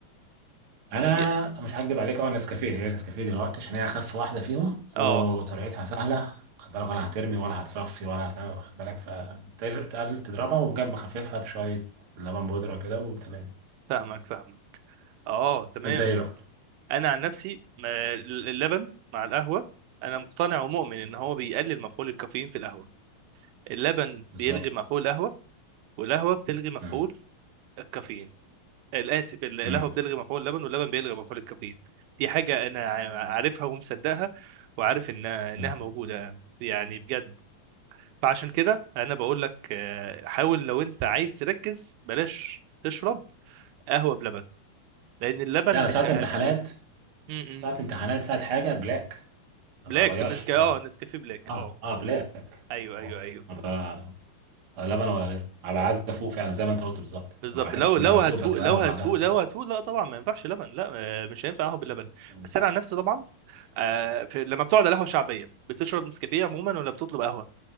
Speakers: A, on the right; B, on the right.
A: انا
B: يا
A: مش هكدب عليك اه نسكافيه هي النسكافيه دلوقتي عشان هي اخف واحده فيهم وطريقتها
B: اه
A: سهله خد بالك ولا هترمي ولا هتصفي ولا هتعمل خد بالك فتقل تضربها وجنب مخففها بشويه لبن بودره كده وتمام
B: فاهمك فاهمك اه تمام
A: انت ايه بقى
B: أنا عن نفسي ما- اللبن مع القهوة أنا مقتنع ومؤمن إن هو بيقلل مفعول الكافيين في القهوة اللبن
A: بالظبط
B: بيلغي مفعول القهوة والقهوة بتلغي مفعول
A: مم.
B: الكافيين الاسف القهوه
A: مم.
B: بتلغي مفعول اللبن واللبن بيلغي مفعول الكافيين دي حاجه انا ع- عارفها ومصدقها وعارف انها انها
A: مم.
B: موجوده يعني بجد فعشان كده انا بقول لك آه، حاول لو انت عايز تركز بلاش تشرب قهوه بلبن لان اللبن
A: لا انا
B: مش
A: ساعة
B: أهم
A: امتحانات
B: م-
A: ساعة
B: م.
A: امتحانات ساعة حاجة بلاك ما
B: بلاك
A: بغيرش
B: في النسكافيه اه النسكافيه بلاك
A: اه
B: اه
A: اه بلاك
B: ايوه
A: ما
B: ايوه ايوه
A: ب- ولا لبن ولا غيره انا ببقى عايز افوق فعلا زي ما انت قلت بالظبط
B: بالظبط
A: لما بحب
B: لو لو
A: افوق
B: هتفوق
A: بتبقى
B: لو
A: قهوة
B: هتفوق
A: لوحدها
B: لو هتفوق لا طبعا ما ينفعش لبن لا آه، مش هينفع قهوه باللبن
A: مم.
B: بس انا عن نفسي طبعا آه في لما بتقعد على قهوه شعبيه بتشرب نسكافيه عموما ولا بتطلب قهوه